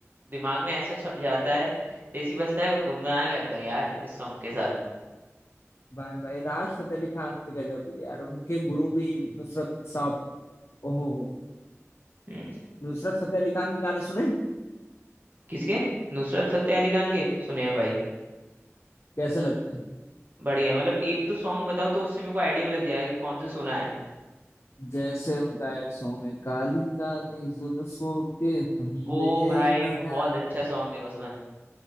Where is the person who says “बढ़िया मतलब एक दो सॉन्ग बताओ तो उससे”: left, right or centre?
Right